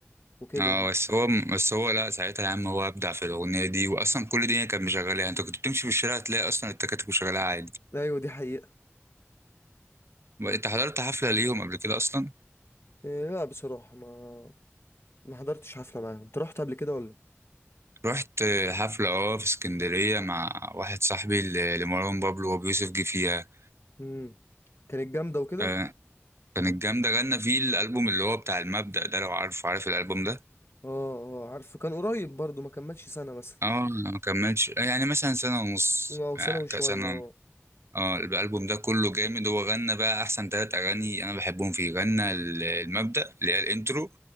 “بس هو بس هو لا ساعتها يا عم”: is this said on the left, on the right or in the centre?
Right